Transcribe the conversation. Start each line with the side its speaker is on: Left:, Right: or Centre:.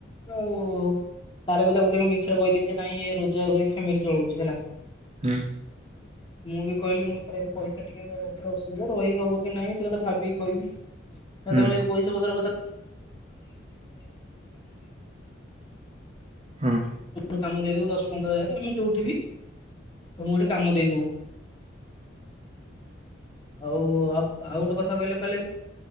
Left: ସାର ବି ତା ଗୋଟେ ମିଛରେ କହିଦନ୍ତି ନାଇଁ ଇ ରୋଜଗାର କରି ଫ୍ୟାମିଲି ଚଳଉଛି ହେଲା।
Right: ହୁଁ
Left: ମୁଁ ବି କହିଲି ମୁଁ ପଇସା ଟିକେରେ ଅସୁବିଧା ରହିହବ କି ନାହିଁ ସେ କଥା ଭାବିକି କହିବି। ତମେ
Right: ହୁଁ
Left: ଏମିତି ପଇସା ପତ୍ର
Right: ହୁଁ
Left: କଥା। <unintelligible> କାମ ଦେଇଦବୁ ଦଶ ପନ୍ଦର ହଜାର ଆମେ ଯୋଉଠି ବି ତମକୁ ଗୋଟେ କାମ ଦେଇଦବୁ
Right: <inaudible>
Left: ଆଉ ଆ ଆଉ ଗୋଟେ କଥା କହିଲେ କହିଲେ।